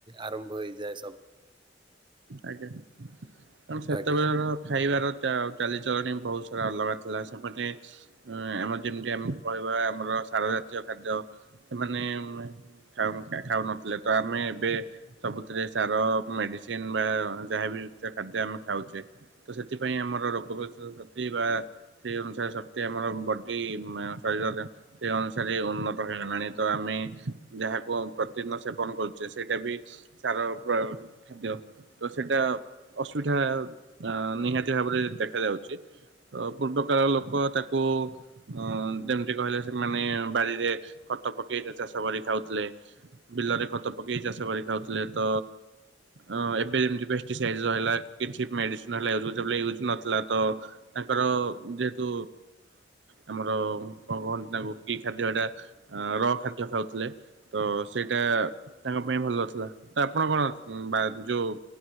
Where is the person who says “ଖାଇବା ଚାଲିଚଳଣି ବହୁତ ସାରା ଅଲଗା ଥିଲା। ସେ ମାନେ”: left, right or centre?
Right